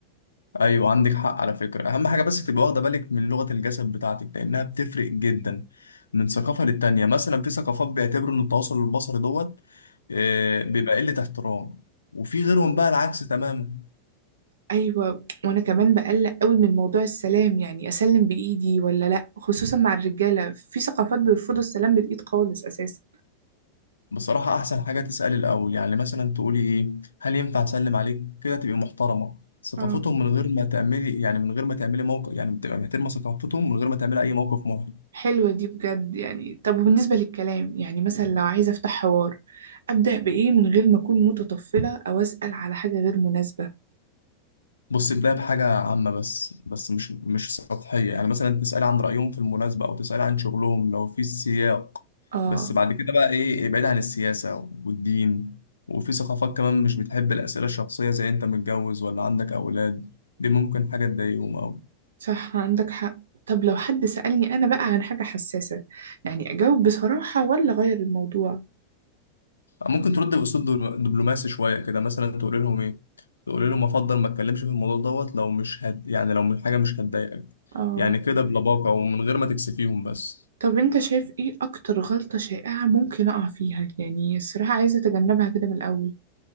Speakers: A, on the left (about 75°); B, on the right (about 65°).
A: ايوه عندك حق على فكرة اهم حاجة بس تبقى واخدة بالك من لغة الجسد بتاعتك لانها بتفرق جدا من ثقافة للتانية مثلا في ثقافات بيعتبروا ان التواصل البصري دوت آه، بيبقى قلة احترام وفي غيرهم بقى العكس تماما
B: ايوه وانا كمان بقلق قوي من موضوع السلام يعني اسلم بايدي ولا لا خصوصا مع الرجاله في ثقافات بيرفضوا السلام بالايد خالص اساسا
A: بصراحة احسن حاجة تسألي الاول يعني مثلا تقولي ايه هل ينفع اسلم عليك كده تبقي محترمة ثقافتهم
B: اه
A: من غير ما تعملي يعني من غير ما تعملي موقف يعني بتبقى محترمة ثقافتهم من غير ما تعملي اي موقف محرج
B: حلوه دي بجد يعني طب وبالنسبه للكلام يعني مثلا لو عايزه افتح حوار ابدا بايه من غير ما اكون متطفله او اسال على حاجه غير مناسبه
A: بص بداية بحاجة عامة بس بس مش مش سطحية يعني مثلا تسألي عن رأيهم في المناسبة أو تسألي عن شغلهم لو في سياق
B: اه
A: بس بعد كده بقى إيه ابعد عن السياسة والدين وفي ثقافات كمان مش بتحب الأسئلة الشخصية زي أنت متجوز ولا عندك أولاد دي ممكن حاجة تضايقهم أو
B: صح عندك حق طب لو حد سالني انا بقى عن حاجه حساسه يعني اجاوب بصراحه ولا اغير الموضوع
A: ممكن ترد بأسلوب دبل- دبلوماسي شوية كده مثلا تقول لهم إيه تقول لهم أفضل ما أتكلمش في الموضوع دوت لو مش هد يعني لو حاجة مش هتضايقك
B: آه
A: يعني كده بلباقة ومن غير ما تكسفيهم بس
B: طب انت شايف ايه اكتر غلطة شائعة ممكن اقع فيها يعني الصراحة عايزة اتجنبها كده من الاول